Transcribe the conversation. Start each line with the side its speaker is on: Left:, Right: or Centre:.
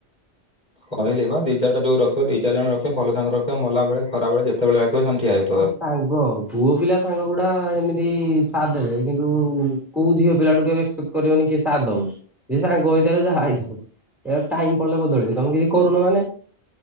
Left: କହିଲି ବା ଦି ଚାରିଟା ଯୋଉ ରଖିବ ଦି ଚାରିଜଣ ରଖିବ ଭଲ ସାଙ୍ଗ ରଖିବ ମଲାବେଳେ ଖରାବେଳେ ଯେତେବେଳେ ଡାକିବ ସେମାନେ ଠିଆ ହେବେ।
Centre: ହଁ ସାଙ୍ଗ ଆଉ। ପୁଅ ପିଲା ସାଙ୍ଗ ଗୁଡା ଏମିତି ସାତ୍ ଦେବେ କିନ୍ତୁ କୋଉ ଝିଅ ପିଲାଠୁ କେବେ ଏକ୍ସପେକ୍ଟେ କରିବନି କି ସାତ୍ ଦବ ଯିଏ ସାଙ୍ଗ ହେଇଥାଉ କି ଯାହା ହେଇଥାଉ। ଏୟା ଟାଇମ୍ ପଡିଲେ ବଦଳିବେ ତମେ କିଛି କରୁନ ମାନେ